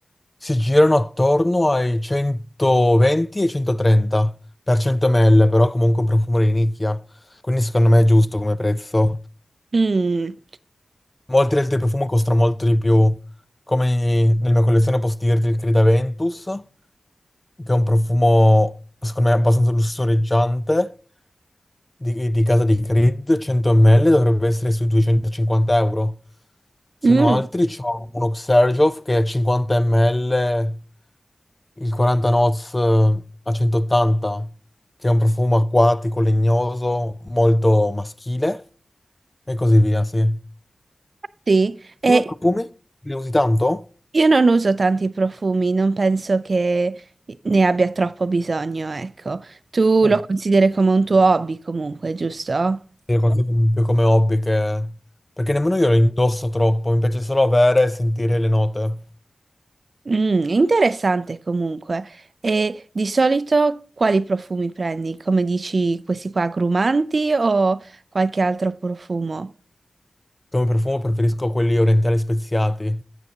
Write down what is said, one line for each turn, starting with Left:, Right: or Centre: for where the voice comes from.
Left: si girano attorno ai 120 e 130 per 100 ml, però comunque un profumo di nicchia. Quindi secondo me è giusto come prezzo.
Right: Mm.
Left: Molti altri profumi costano molto di più. Come nella mia collezione posso dirti il Creed Aventus, che è un profumo, secondo me, abbastanza lussureggiante di, di casa di Creed 100 ml dovrebbe essere sui 250 euro. Se
Right: Mm,
Left: no altri c'è uno Xerjof che è 50 ml, il 40 Noz eh, a 180, che è un profumo acquatico, legnoso, molto maschile e così via, sì.
Right: sì. E
Left: Tu i profumi li usi tanto?
Right: Io non uso tanti profumi, non penso che ne abbia troppo bisogno, ecco. Tu
Left: Mm.
Right: lo consideri come un tuo hobby comunque, giusto?
Left: Li consumi più come hobby che... Perché nemmeno io li indosso troppo, mi piace solo avere e sentire le note.
Right: Mm, interessante comunque. E di solito quali profumi prendi? Come dici, questi qua agrumanti o qualche altro profumo?
Left: Come profumo preferisco quelli orientali speziati.